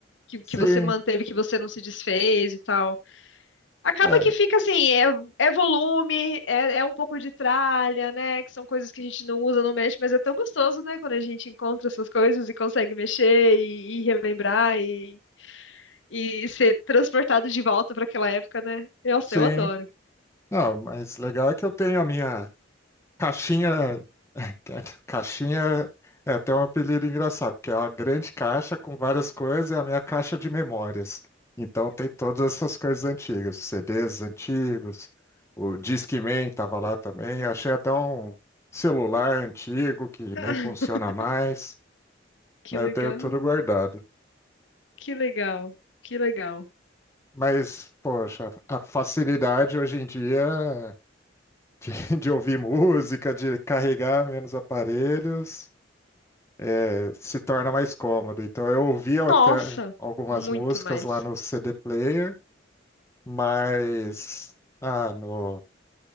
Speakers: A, on the left; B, on the left.
A: Que, que
B: sim,
A: você manteve, que você não se desfez e tal. Acaba
B: é,
A: que fica assim, é, é volume, é, é um pouco de tralha, né? Que são coisas que a gente não usa, não mexe, mas é tão gostoso, né? Quando a gente encontra essas coisas e consegue mexer e, e relembrar e, e ser transportado de volta para aquela época, né? Nossa,
B: sim.
A: eu adoro.
B: Não, mas legal é que eu tenho a minha caixinha. <laughs> Caixinha é até um apelido engraçado, porque é uma grande caixa com várias coisas, é a minha caixa de memórias. Então tem todas essas coisas antigas, os CDs antigos, o Discman estava lá também. Achei até um celular antigo que
A: <laughs>
B: nem funciona mais,
A: Que
B: mas
A: legal,
B: eu tenho tudo guardado.
A: que legal, que legal.
B: Mas, poxa, a facilidade hoje em dia de, <laughs> de ouvir música, de carregar menos aparelhos, eh, se torna mais cômodo. Então, eu ouvia
A: Nossa,
B: até algumas
A: muito
B: músicas
A: mais.
B: lá no CD Player, mas ah, no-